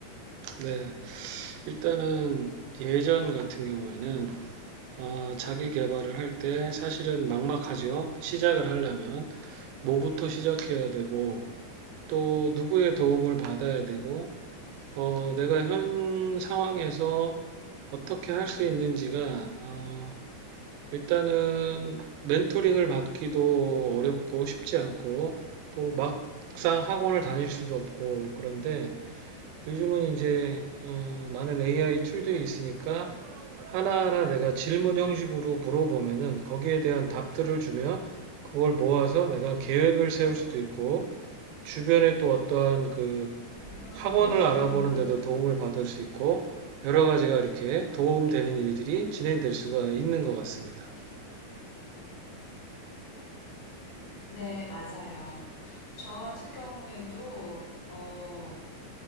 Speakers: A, on the right (about 85°); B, on the left (about 40°).
A: 네, 일단은 예전 같은 경우에는 어, 자기 개발을 할 때 사실은 막막하죠. 시작을 하려면 뭐부터
B: 네.
A: 시작해야 되고 또 누구의 도움을 받아야 되고 어, 내가 현 상황에서 어떻게 할 수 있는지가 어, 일단은 멘토링을 받기도 어렵고 쉽지 않고 또 막상 학원을 다닐 수도 없고 그런데 요즘은 이제 어, 많은 AI 툴들이 있으니까 하나하나 내가 질문 형식으로 물어보면은 거기에 대한 답들을 주면 그걸 모아서 내가 계획을 세울 수도 있고 주변에 또 어떠한 그
B: 우영아
A: 학원을
B: 밥 몇 시에
A: 알아보는
B: 먹을 거야?
A: 데도 도움을 받을 수 있고 여러 가지가 이렇게 도움되는 일들이 진행될 수가 있는 것 같습니다.
B: 네, 맞아요. 저 같은 경우에도 어,